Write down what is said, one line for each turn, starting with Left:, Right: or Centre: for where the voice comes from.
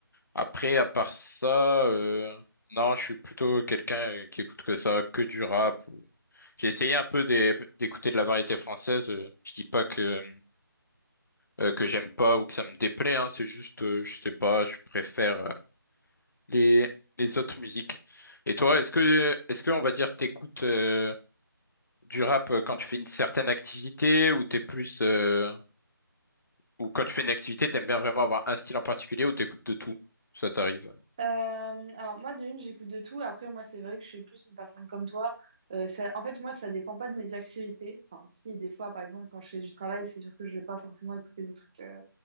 Left: Après, à part ça, euh, non, je suis plutôt quelqu'un euh, qui écoute que ça, que du rap. ou- J'ai essayé un peu d'é- d'écouter de la variété française. euh, Je dis pas que euh, que j'aime pas ou que ça me déplaît, hein, c'est juste, euh, je sais pas, je préfère euh, les les autres musiques. Et toi, est-ce que est-ce que on va dire t'écoutes euh, du rap euh, quand tu fais une certaine activité ou t'es plus euh, Ou quand tu fais une activité, t'aimes bien vraiment avoir un style en particulier ou t'écoutes de tout? Ça t'arrive.
Right: Euh, alors moi de une j'écoute de tout. Après moi c'est vrai que je suis plus une personne comme toi. Euh, ça, en fait moi ça dépend pas de mes activités. Enfin si des fois par exemple quand je fais du travail c'est sûr que je vais pas forcément écouter des trucs euh,